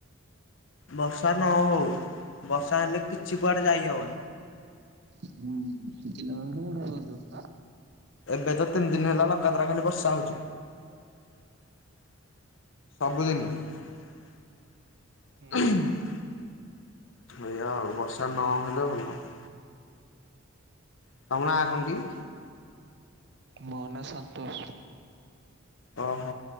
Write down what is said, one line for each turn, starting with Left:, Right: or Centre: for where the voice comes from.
Left: ବର୍ଷା ନ ହଉ, ବର୍ଷା ହେଲେ କିଛି କୁଆଡ଼େ ଯାଇ ହବ
Right: <unintelligible>
Left: ଏବେ ତ ତିନ୍‌ ଦିନ୍‌ ହେଲା ଲଗାତାର ଖାଲି ବର୍ଷା ହଉଚି। <unintelligible> <unintelligible>
Right: ହୁଁ
Left: <unintelligible>
Right: ମୋ ନାଁ ସନ୍ତୋଷ୍।
Left: ଅହ,